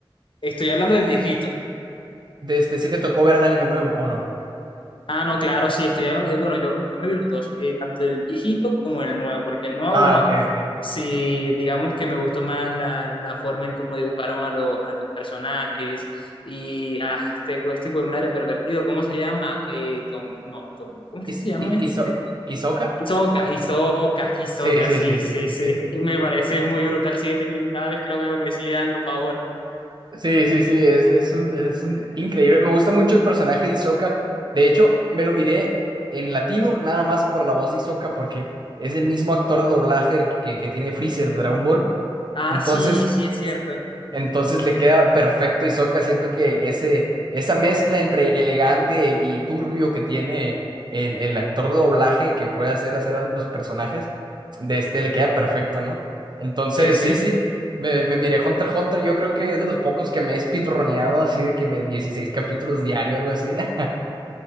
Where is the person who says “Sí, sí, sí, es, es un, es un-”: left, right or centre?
Right